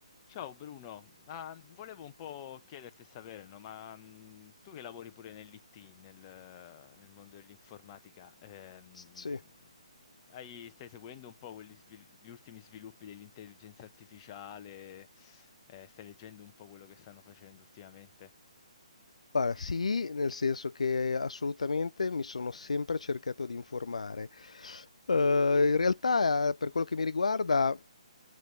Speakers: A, on the left; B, on the left.
A: Ciao Bruno, Ah, volevo un po' chiederti e sapere, no, ma mm, tu che lavori pure nell'IT, nel, eh, nel mondo dell'informatica, ehm,
B: S- Sì,
A: hai- stai seguendo un po' quelli svil- gli ultimi sviluppi dell'intelligenza artificiale, Eh, stai leggendo un po' quello che stanno facendo ultimamente?
B: guarda, sì, nel senso che assolutamente mi sono sempre cercato di informare. Eh, in realtà, per quello che mi riguarda,